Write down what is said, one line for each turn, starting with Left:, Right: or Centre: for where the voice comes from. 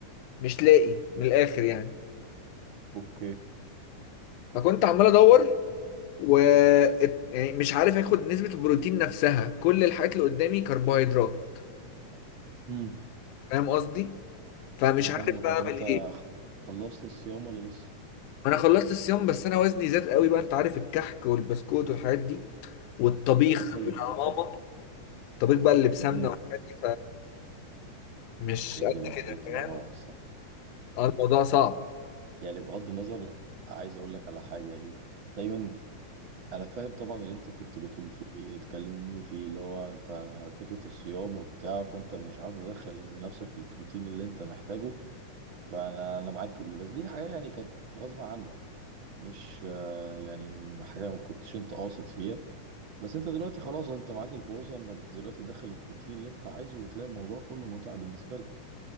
Left: مش لاقي من الاخر يعني
Right: اوكي
Left: فكنت عمال ادور و ات- يعني مش عارف اخد نسبه البروتين نفسها كل الحاجات اللي قدامي كربوهيدرات
Right: امم
Left: فاهم قصدي؟ فمش
Right: انا فاهمك
Left: عارف بقى
Right: أه، طب
Left: اعمل
Right: انت
Left: ايه
Right: خلصت الصيام ولا لسه
Left: انا خلصت الصيام بس انا وزني زاد قوي بقى انت عارف الكحك والبسكوت والحاجات دي والطبيخ
Right: ايوه
Left: بتاع
Right: أه،
Left: ماما
Right: طبعا
Left: الطبيخ بقى اللي بسمنه
Right: امم
Left: والحاجات دي فمش
Right: الحاجات
Left: قد
Right: دي بالنسبه
Left: كده
Right: لي بتبقى
Left: فاهم
Right: روعه الصراحه
Left: اه الموضوع صعب
Right: يعني بغض النظر عايز اقول لك على حاجه يعني دايما انا فاهم طبعا اللي انت كنت بتقول فيه اتكلمني فيه اللي هو انت فكرة الصيام وبتاع فانت مش عارف تدخل لنفسك البروتين اللي انت محتاجه فانا انا معاك في دي بس دي حاجة يعني كانت غصب عنك مش آه، يعني حاجة ما كنتش انت قاصد فيها بس انت دلوقتي خلاص انت معاك الفرصة انك دلوقتي تدخل البروتين اللي انت عايزه وتلاقي الموضوع كله متعة بالنسبة لك